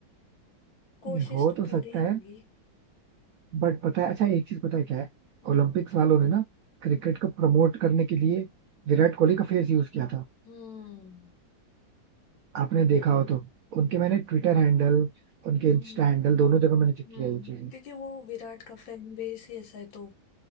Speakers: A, on the left (about 75°); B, on the right (about 85°).
A: कोशिश
B: नहीं हो
A: तो
B: तो
A: पूरी
B: सकता है
A: होगी
B: बट पता है अच्छा एक चीज पता है क्या है
A: हम्म
B: ओलंपिक्स वालों ने ना क्रिकेट को प्रमोट करने के लिए विराट कोहली का फेस यूज किया था
A: हम्म
B: आपने देखा हो तो उनके मैंने ट्विटर हैंडल उनके
A: हम्म
B: इंस्टा हैंडल दोनों जगह मैंने चेक किया
A: हम्म।
B: ये चीज
A: क्योंकि वो विराट का फैन बेस ही ऐसा है तो